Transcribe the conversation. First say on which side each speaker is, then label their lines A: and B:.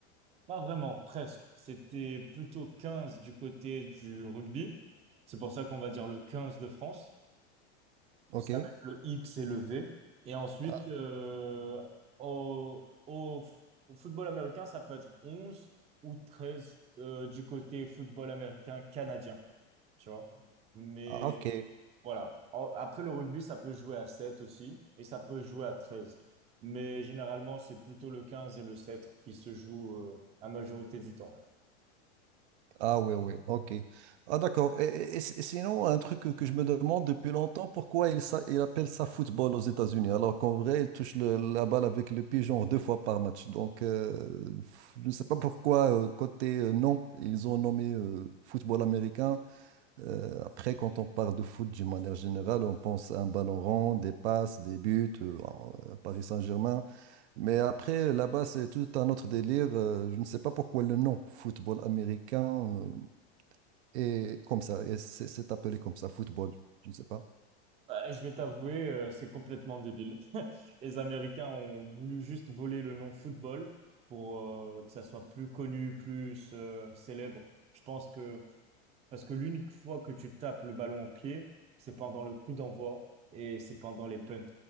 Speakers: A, on the right; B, on the right.
A: Pas vraiment, presque. C'était plutôt 15 du côté du rugby. C'est pour ça qu'on va dire le 15 de France.
B: Ok.
A: C'est avec le X et le V. Et ensuite,
B: Ah,
A: euh, au, au, f- au football américain, ça peut être 11 ou 13 euh, du côté football américain canadien. Tu vois? Mais
B: ah, ok.
A: voilà. En- Après le rugby, ça peut jouer à 7 aussi. Et ça peut jouer à 13. Mais généralement, c'est plutôt le 15 et le 7 qui se jouent euh, la majorité du temps.
B: Ah oui, oui, ok. Ah d'accord. Et, et- et c- sinon, un truc que, que je me demande depuis longtemps, pourquoi il, s'a- il appelle ça football aux États-Unis, alors qu'en vrai, il touche le- la balle avec le pied genre deux fois par match. Donc, euh, f- je ne sais pas pourquoi, euh, côté euh, nom, ils ont nommé euh, football américain. Euh, après, quand on parle de foot d'une manière générale, on pense à un ballon rond, des passes, des buts, euh, euh, Paris Saint-Germain. Mais après, là-bas, c'est tout un autre délire. Euh, je ne sais pas pourquoi le nom football américain. euh, et comme ça, et c'est c'est appelé comme ça, football, je ne sais pas.
A: Ouais, je vais t'avouer, euh, c'est complètement débile. <laughs> Les Américains ont voulu juste voler le nom football pour euh, que ça soit plus connu, plus euh, célèbre. Je pense que parce que l'unique fois que tu tapes le ballon en pied, c'est pendant le coup d'envoi et c'est pendant les punts.